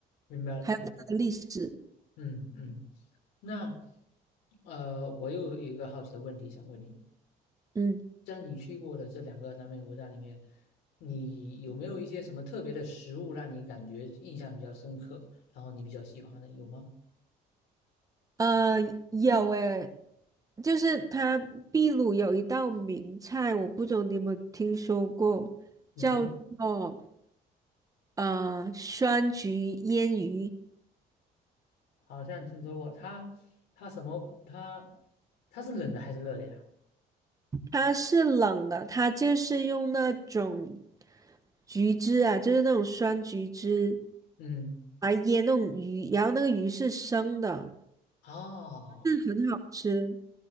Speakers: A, on the left; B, on the right.
A: 明白了明白了，
B: 还有它的历史，
A: 嗯嗯，那呃，我又有一个好奇的问题想问你。
B: 嗯，
A: 在你去过的这两个南美国家里面，你有没有一些什么特别的食物让你感觉印象比较深刻，然后你比较喜欢的，有吗？
B: 呃，有诶。就是它秘鲁有一道名菜，我不知道你有没有听说过，
A: 你说
B: 叫做呃，酸橘腌鱼，
A: 好像听说过，它它什么它它是冷的还是热的呀？
B: 它是冷的，它就是用那种橘汁啊，就是那种酸橘汁
A: 嗯，
B: 来腌那种鱼，然后那个鱼是生的，
A: 哦，
B: 很好吃。